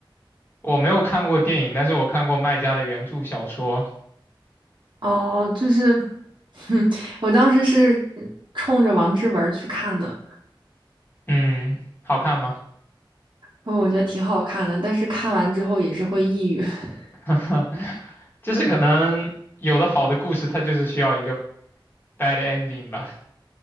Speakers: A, on the left; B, on the right.
A: 我没有看过电影，但是我看过卖家的原著小说。
B: 哦，就是，哼，我当时是冲着王志文去看的，
A: 嗯，好看吗？
B: 哦，我觉得挺好看的，但是看完之后也是会抑郁。<laughs>
A: <laughs> 就是可能有的好的故事，它就是需要一个 bad ending 吧，